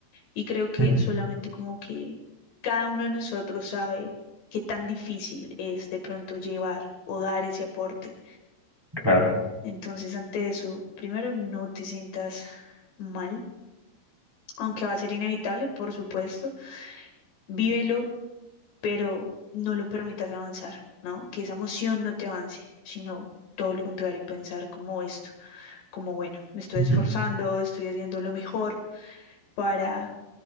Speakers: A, on the left; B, in the centre.
A: Y creo que
B: ujú,
A: solamente como que cada uno de nosotros sabe qué tan difícil es de pronto llevar o dar ese aporte.
B: claro.
A: Entonces, ante eso, primero no te sientas mal aunque va a ser inevitable, por supuesto, vívelo, pero no lo permitas avanzar, ¿no? Que esa emoción no te avance, sino todo lo contrario, pensar como esto, como bueno, me estoy
B: ujú,
A: esforzando, estoy haciendo lo mejor para